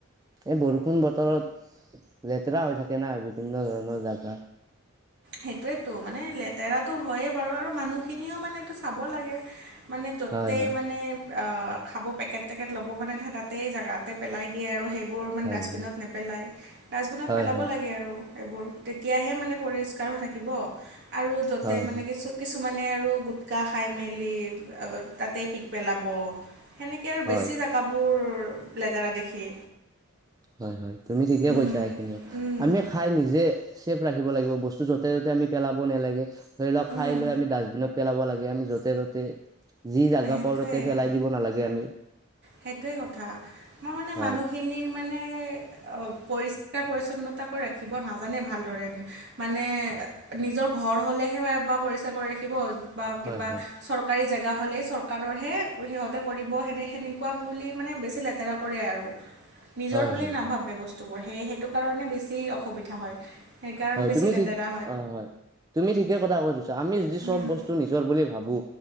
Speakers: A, on the right (about 15°); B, on the right (about 55°).
A: এই বৰষুণ বতৰত, লেতেৰা হৈ থাকে নাই বিভিন্ন ধৰণৰ জাগা
B: সেইটোৱেতো মানে লেতেৰাটো হয়েই বাৰু আৰু মানুহখিনিও মানে এইটো চাব লাগে। মানে য'তেই
A: হয় হয়
B: মানে আ খাব পেকেট টেকেট ল'ব, মানে তাতেই জেগাতেই পেলাই দিয়ে আৰু হৈই বোৰ মানে
A: হয়
B: ডাষ্টবিনত
A: হয়
B: নেপেলাই, ডাষ্টবিনত
A: হয়
B: পেলাব
A: হয়
B: লাগে আৰু সেইবোৰ তেতিয়াহে পৰিষ্ক কাৰ হৈ থাকিব আৰু য'তে
A: হয়
B: মানে
A: হয়
B: কিছু কিছুমানে আৰু গুটখা খাই মেলি, অ' তাতেই পিক পেলাব। সেনেকে আৰু
A: হয়
B: বেছি জেগাবোৰ লেতেৰা দেখি
A: হয় হয় তুমি ঠিকে
B: উম,
A: কৈছা সেইখিনি
B: উম,
A: আমি খাই নিজে চেফ ৰাখিব লাগিব বস্তু য'তে য'তে আমি পেলাব নালাগে, ধৰি লওক
B: উম,
A: খাই লৈ আমি ডাষ্টবিনত পেলাব লাগে আমি য'তে ত'তে যি জাগা
B: সেইটোৱে।
A: পাওঁ তাতে পেলাই দিব নালাগে আমি
B: সেইটোৱে কথা। মই মানে
A: হয়
B: মানুহখিনিৰ মানে অ পৰিষ্কাৰ পৰি্ছন্নতাকৈ ৰাখিব নাজানে ভালদৰে মানে, নিজৰ ঘৰ হ'লেহে বা পৰিস্কাৰ কৰি ৰাখিব। বা কিবা,
A: হয় হয়
B: চৰকাৰী জেগা হ'লেই চৰকাৰৰহে সিহঁতে কৰিব, সনেকা বুলি মানে বেছি লেতেৰা কৰে আৰু। নিজৰ
A: হয়
B: বুলি
A: হয়
B: নাভাবে বস্তু বস্তুবোৰ, সেই সেইটো কাৰণে বেছি অসুবিধা হয়। সেইকাৰণ
A: হয়,
B: বেছি
A: তুমি
B: লেতেৰা
A: ঠিক অ' হয়, তুমি ঠিকে কথা কৈ দিছা, আমি যদি
B: উম,
A: চব বস্তু নি জৰ বুলি ভাবো,